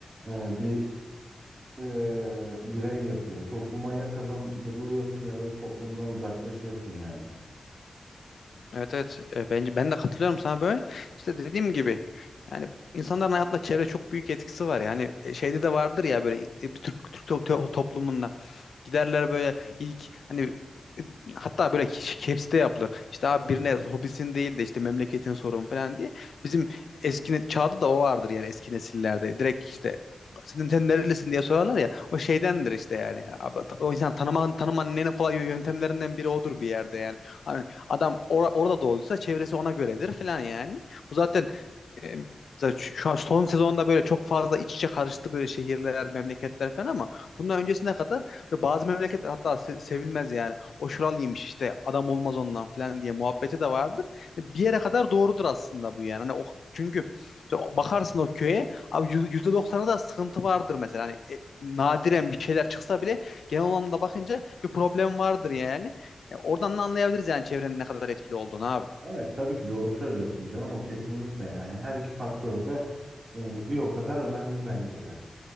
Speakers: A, on the right; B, on the left.
A: e, bir e, birey yapıyor. Toplumaya kazandırılıyorsun ya da toplumdan uzaklaşıyorsun yani.
B: Evet evet E, bence ben de katılıyorum sana böyle. İşte dediğim gibi yani insanların hayatında çevre çok büyük etkisi var. Yani e, şeyde de vardır ya böyle e, bir Türk Türk to- to- toplumunda giderler böyle ilk hani e, hatta böyle hepsi de yapılır. İşte abi birine hobisin değil de işte memleketin sorun falan diye. Bizim eski ne- çağda da o vardır yani eski nesillerde. Direkt işte senin sen nerelisin diye sorarlar ya o şeydendir işte yani abi, o insan tanıman tanımanın en kolay yöntemlerinden biri odur bir yerde yani. Hani Adam or- orada doğduysa çevresi ona göredir falan yani. Bu zaten e, zaten şu, şu an son sezonda böyle çok fazla iç içe karıştı böyle şehirler, memleketler falan ama bundan öncesine kadar böyle bazı memleketler hatta se- sevilmez yani. O şuralıymış işte adam olmaz ondan falan diye muhabbeti de vardır. Hani Bir yere kadar doğrudur aslında bu yani. Hani o, çünkü o- bakarsın o köye abi yüz- %90'a da sıkıntı vardır mesela. Hani e, nadiren bir şeyler çıksa bile genel anlamda bakınca bir problem vardır yani. E, oradan da anlayabiliriz yani çevrenin ne kadar etkili olduğunu abi.
A: Evet tabii ki doğru söylüyorsun canım o kesinlikle yani her iki faktör de e, bir o kadar önemli bence de.